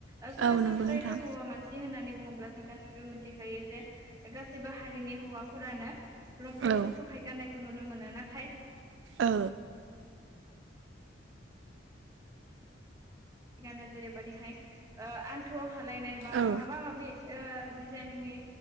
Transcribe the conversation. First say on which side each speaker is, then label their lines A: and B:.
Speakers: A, on the right; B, on the right.
A: ओ सरासनस्रायैथ'
B: औ नंगौ नोंथां
A: हौवा मानसि सि होननानै बुङोब्ला जों गासिबो मिथिखायो जे गासिबो हारिनि हौवा फोरानो लंपेन्टफोरखौहाय
B: औ
A: गाननायखौ नुनो मोनो। नाथाय
B: ओ।
A: गानो जेरैबायदिहाय ओ आन्थुआव हालायनाय बा
B: औ
A: मा माबा माबि ओ डिजाइननि